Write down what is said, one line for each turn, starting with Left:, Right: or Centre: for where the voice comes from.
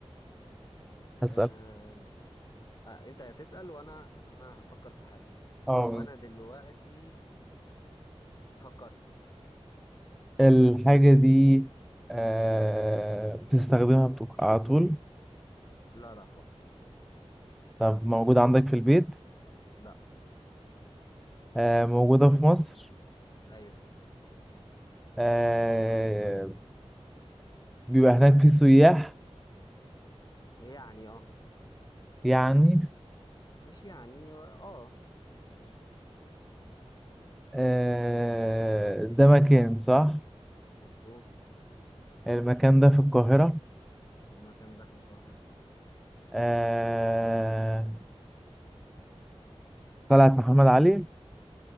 Centre: هسأل
Left: آه... آه، انت هتسأل وانا انا هفكر في حاجة
Centre: اه
Left: وانا
Centre: بس
Left: دلوقتي فكرت
Centre: الحاجة دي آه بتستخدمها بتوك- على طول
Left: لا لا خالص
Centre: طب موجودة عندك في البيت
Left: لا
Centre: آه موجودة في مصر
Left: ايوه
Centre: آه بيبقى هناك في سياح
Left: يعني اه
Centre: يعني
Left: مش يعني اه عموما.
Centre: آه ده مكان صح
Left: مظبوط
Centre: المكان ده في القاهرة
Left: المكان ده في القاهرة
Centre: آه قلعة محمد علي